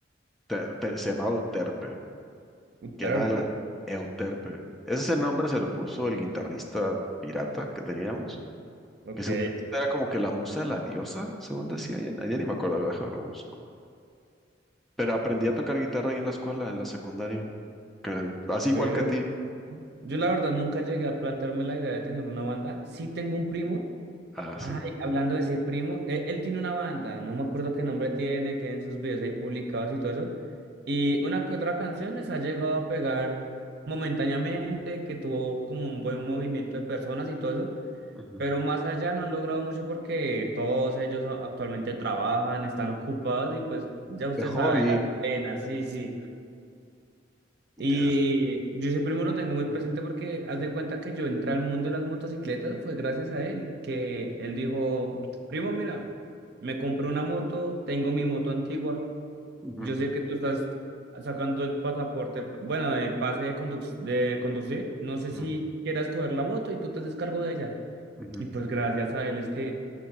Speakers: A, in the centre; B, on the right (about 60°).
A: te- te- se llamaba Uterpe.
B: Un
A: que
B: Terpe,
A: era la Euterpe. Ese es el nombre se lo puso el guitarrista pirata que teníamos,
B: ok.
A: que según esto era como que la musa de la diosa, según decía, ya, ya ni me acuerdo, a ver, déjame lo busco. Pero aprendí a tocar guitarra ahí en la escuela, en la secundaria, que- así igual
B: Pero
A: que a ti.
B: yo la verdad nunca llegué a plantearme la idea de tener una banda. Sí tengo un primo.
A: Ah, sí.
B: Ay, hablando de ese primo, él, él tiene una banda, no me acuerdo qué nombre tiene, tienen sus videos ahí publicados y todo eso. Y una que otra canción les ha llegado a pegar momentáneamente, que tuvo como un buen movimiento de personas y todo eso,
A: Ujú.
B: pero más allá no han logrado mucho porque todos ellos a- actualmente trabajan, están ocupados y pues ya usted
A: De hobby,
B: sabe, la pena, sí, sí. Y
A: ya.
B: yo ese primo lo tengo muy presente porque haz de cuenta que yo entré al mundo de las motocicletas fue gracias a él, que él dijo, primo, mira, me compré una moto, tengo mi moto antigua,
A: Ujú,
B: yo sé que tú estás sacando el pasaporte, bueno, el pase de, conduc- de conducir, no sé
A: ujú,
B: si quieras coger la moto y tú te haces cargo de ella.
A: ujú.
B: Y pues gracias a él es que